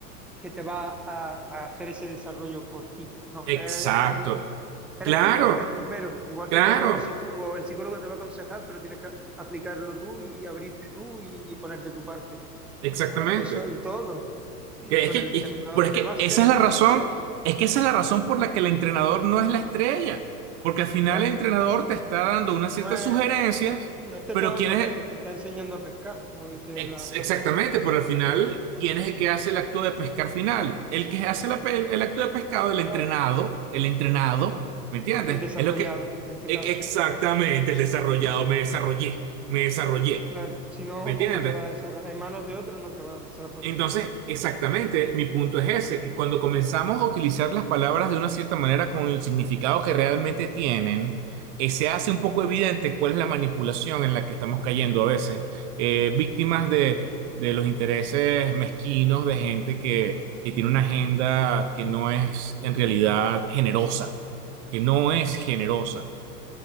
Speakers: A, in the centre; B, on the right.
A: que te va a, a hacer ese desarrollo por ti. No,
B: exacto,
A: es aquí eres
B: claro,
A: tú, es primero. Igual
B: claro,
A: que cuando va un psicólogo, el psicólogo te va a aconsejar, pero tienes que aplicarlo tú y abrirte tú y poner de tu parte.
B: exactamente.
A: Pues eso en todo. Y
B: Que
A: con
B: es que,
A: el entrenador
B: es que- pero es
A: de
B: que
A: básquet
B: esa es
A: o
B: la
A: con
B: razón,
A: quien sea.
B: es que esa es la razón por la que el entrenador no es la estrella, porque al final
A: Claro.
B: el entrenador te está dando unas
A: No
B: ciertas
A: es,
B: sugerencias,
A: no te
B: pero
A: está dando
B: quién es,
A: peces, te está enseñando a pescar, como dice
B: Ex-
A: la frase
B: exactamente,
A: esa.
B: pero al final, ¿quién es el que hace el acto de pescar final? El que hace la pe- el acto de pescado, el entrenado,
A: Claro.
B: el entrenado, ¿me entiendes?
A: El desarrollado,
B: Es lo que...
A: en este
B: e-
A: caso.
B: Exactamente, el desarrollado, me desarrollé, me desarrollé,
A: Claro. Si no,
B: ¿me entiendes?
A: ¿cómo te va a desarrollar? En manos de otro no te va a desarrollar.
B: Entonces, exactamente, mi punto es ese, que cuando comenzamos a utilizar las palabras de una cierta manera con el significado que realmente tienen, eh, se hace un poco evidente cuál es la manipulación en la que estamos cayendo a veces, Eh, víctimas de, de los intereses mezquinos de gente que, que tiene una agenda que no es en realidad generosa, que no es generosa.